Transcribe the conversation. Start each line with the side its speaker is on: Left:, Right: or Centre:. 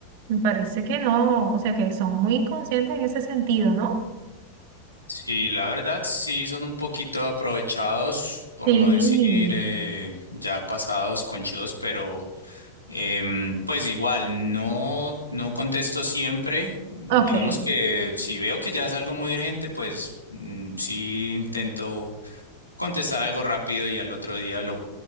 Right: me parece que no, o sea, que son muy inconscientes en ese sentido, ¿no?
Left: sí, la verdad sí son un poquito aprovechados, por
Right: Sí,
Left: no decir eh, ya pasados, conchudos, pero em, pues igual no, no contesto siempre. Digamos
Right: ok.
Left: que si veo que ya es algo muy urgente, pues mm, sí intento contestar algo rápido y al otro día lo,